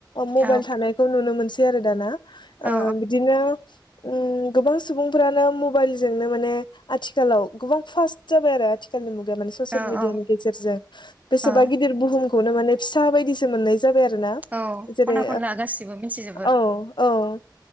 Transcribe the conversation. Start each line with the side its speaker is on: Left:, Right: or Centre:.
Left: मबाइल
Right: औ
Left: थानायखौ नुनो मोनसै बिदि आरो दा ना ओ
Right: औ
Left: बिदिनो ओ गोबां सुबुंफ्रानो मबाइलजोंनो माने आथिखालाव गोबां फास्ट जाबाय आरो आथिखाल ससियेल
Right: औ
Left: मेडियानि
Right: औ
Left: गेजेरजों बेसेबा‌
Right: औ
Left: गिदिर बुहुम खौनो माने फिसा बायदिसो मोननाय जाबाय आरोना
Right: औ
Left: जेरै
Right: खना खनला गासिबो मिथिजोबो
Left: ओ औ औ